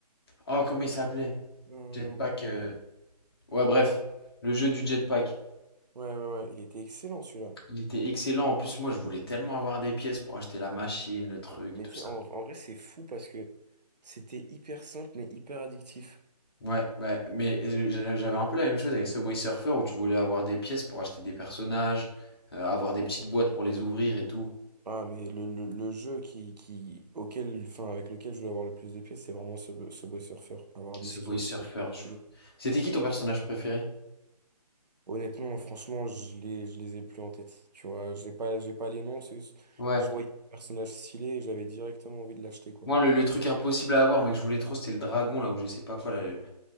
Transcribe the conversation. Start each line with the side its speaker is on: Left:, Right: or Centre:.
Left: oh, comment il s'appelait?
Right: euh,
Left: Jetpack. euh, Ouais, bref,
Right: ah,
Left: le jeu du jetpack.
Right: ouais, ouais, ouais. Il était excellent celui-là.
Left: Il était excellent. En plus, moi, je voulais tellement avoir des pièces pour acheter la machine, le truc,
Right: Mais
Left: tout
Right: tu
Left: ça.
Right: sais, en, en vrai, c'est fou parce que c'était hyper simple mais hyper addictif.
Left: Ouais, bah, mais euh, j'a- j'avais un peu la même chose avec Subway Surfer où tu voulais avoir des pièces pour acheter des personnages, euh, avoir des petites boîtes pour les ouvrir et tout.
Right: Ah, mais le, le, le jeu qui, qui, auquel, enfin, avec lequel je voulais avoir le plus de pièces, c'est vraiment ce, ce Subway Surfer. Avoir des
Left: Ce
Right: skins,
Left: boy surfeur.
Right: c'était trop stylé.
Left: je- C'était qui ton personnage préféré?
Right: Honnêtement, franchement, je les, je les ai plus en tête. Tu vois, j'ai pas, j'ai pas les noms. c'est
Left: Ouais.
Right: Je voyais le personnage stylé et j'avais directement envie de l'acheter, quoi.
Left: Moi, le, le truc impossible à avoir, mais que je voulais trop, c'était le dragon, là, ou je sais pas quoi, là. le- Tu